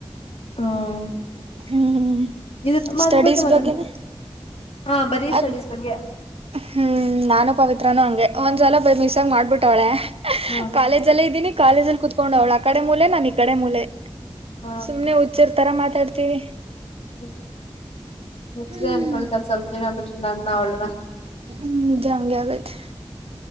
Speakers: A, on the left (about 85°); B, on the right (about 70°).
A: <unintelligible>
B: ಹ್ಮ
A: ಇದ್ರ
B: ಸ್ಟಡೀಸ್
A: ಅದ್ರ ಬಗ್ಗೆ ಮಾತಾಡ
B: ಬಗ್ಗೆನೆ.
A: ಹಾ ಬರೀ
B: ಅದ್
A: ಸ್ಟಡೀಸ್ ಬಗ್ಗೆ.
B: ಹ್ಮ್ ನಾನು ಪವಿತ್ರನು ಹಂಗೆ ಒಂದ್ಲ ಬೈ ಮಿಸ್ ಆಗಿ ಮಾಡ್ಬಿಟ್ಟವಳೆ. <unintelligible>
A: ಹ
B: ಕಾಲೇಜ ಅಲ್ಲೇ ಇದ್ದಿನಿ ಕಾಲೇಜ ಅಲ್ಲಿ ಕುೂತ್ಕೊಂಡ ಅವ್ಳು ಆ ಕಡೆ ಮೂಲೆ ನಾನು ಈ ಕಡೆ ಮೂಲೆ.
A: ಹ
B: ಸುಮ್ನೆ ಹುಚ್ಚಿರ್ತರ ಮಾತಾಡ್ತೀವಿ.
A: <inaudible> ಹ್ಮ್ ಹುಚ್ಚರೇ
B: ಹ್ಮ್
A: ಅನ್ಕೊಳ್ತಾರೆ ಸ್ವಲ್ಪ ದಿನ ಬಿಟ್ರಿ ನನ್ನ ಅವಳನ..
B: ಹ್ಮ್ ನಿಜ ಹಂಗೆ ಆಗತ್ತೆ